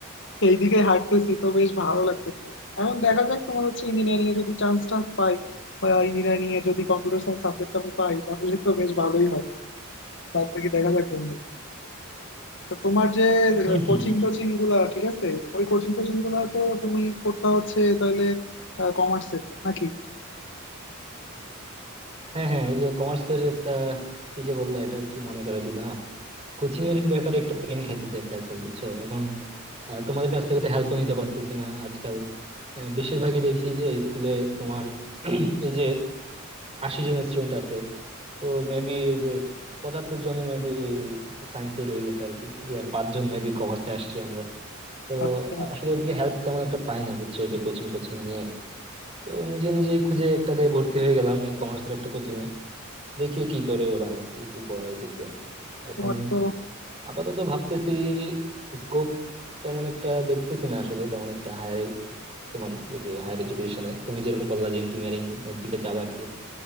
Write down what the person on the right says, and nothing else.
হুম হুম
হ্যাঁ হ্যাঁ এই যে কমার্সের একটা কি যে বললা এটা কি মনে করে দিলা কোচিং এর ব্যাপারে একটা পেন খাইতেছে আর কি আজকাল বুঝছো এখন আহ, তোমাদের কাছ থেকে তো হেল্প নিতে পারতেছি না আজকাল আহ, বেশিরভাগই দেখি যে স্কুলে তোমার <clears throat> এই যে আশি জন স্টুডেন্ট আছে তো মেবি এই যে পঁচাত্তর জনই মেবি সায়েন্সে রয়ে গেছে আর কি যে আর পাঁচজন মেবি কমার্সে আসছি আমরা তো
আসলে এদিকে হেল্প তেমন একটা পাই না বুঝছো এই যে কোচিং টোচিং নিয়ে তো নিজে নিজেই খুঁজে একটাতে ভর্তি হয়ে গেলাম এই কমার্সের একটা কোচিং এ দেখি কি করে ওরা আর কি কি পড়ায় দেখি আর কি এখন
আপাতত ভাবতেছি স্কোপ তেমন একটা দেখতেছি না আসলে তেমন একটা হায়ার তোমার এই যে হায়ার এডুকেশনে তুমি যেরকম বললা যে ইঞ্জিনিয়ারিং এর দিকে যাবা আর কি